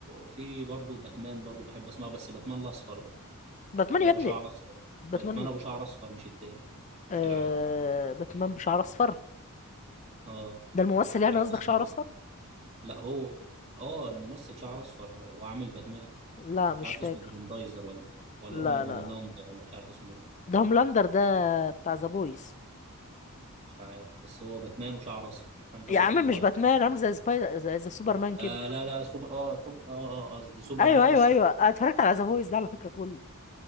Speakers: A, on the right (about 30°); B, on the left (about 30°).
A: في برضه باتمان برضه بحب اسمعه بس باتمان الاصفر بقى
B: باتمان
A: اللي
B: يا
A: هو ابو
B: ابني
A: شعر اصفر
B: باتمان
A: باتمان ابو شعر اصفر مش التاني
B: آه
A: مش العادي
B: باتمان بشعر اصفر
A: اه
B: ده الممثل يعني
A: مش عارف
B: قصدك
A: اسمه
B: شعر اصفر
A: إيه. لا هو اه الممثل شعر اصفر وعامل باتمان
B: لا مش
A: مش عارف
B: فاكر
A: اسمه جريندايزر ولا ولا
B: لا
A: هو هوملاندر
B: لا
A: ولا مش عارف اسمه ايه
B: ده هوملاندر ده بتاع ذا بويز
A: مش عارف بس هو باتمان وشعر اصفر فانت
B: يا
A: برضو
B: عم
A: بقى
B: مش باتمان عامل زي سبايدر زي, زي سوبرمان كده
A: آه لا لا سوبر اه سوبر اه آه، آه، قصدي سوبرمان
B: ايوه ايوه
A: بس
B: ايوه
A: شعر
B: أنا
A: اصفر
B: اتفرجت على ذا بويز ده على فكره كله